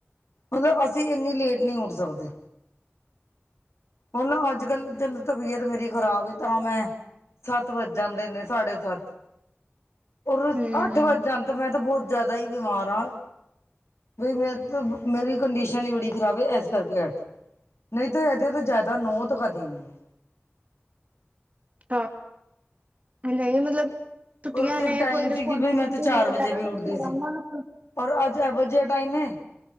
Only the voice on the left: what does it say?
ਮਤਲਬ ਅਸੀਂ ਇੰਨੀ ਲੇਟ ਨਹੀਂ ਉੱਠ ਸਕਦੇ। ਉਹ ਨਾ ਅੱਜ ਕੱਲ ਜਦ ਤਬੀਅਤ ਮੇਰੀ ਖ਼ਰਾਬ ਏ ਤਾਂ ਮੈਂ। ਸੱਤ ਵੱਜ ਜਾਂਦੇ ਨੇ ਸਾਡੇ ਸੱਤ। ਹੋਰ
ਅੱਠ ਵੱਜ ਜਾਂਦੇ ਮੈਂ ਤਾਂ ਬਹੁਤ ਜ਼ਿਆਦਾ ਹੀ ਬਿਮਾਰ ਹਾਂ। ਬਈ ਮੇਰੀ ਕੰਡੀਸ਼ਨ ਹੀ ਬੜੀ ਖ਼ਰਾਬ ਹੈ ਇਸ ਕਰਕੇ ਅੱਠ ਨਹੀਂ ਤੇ। ਦੇ ਤੋਂ ਜ਼ਿਆਦਾ ਨਹਤ ਕ <inaudible> ਦੇ ਨ।
ਔਰ ਇੱਕ
ਟਾਈਮ
ਸੀ ਕਿ ਬਈ ਮੈਂ ਤਾਂ ਚਾਰ
ਵਜੇ ਵੀ ਉੱਠਦੀ ਸੀ ਔਰ ਅੱਜ ਇਹੋ ਜਿਹਾ ਟਾਈਮ ਏ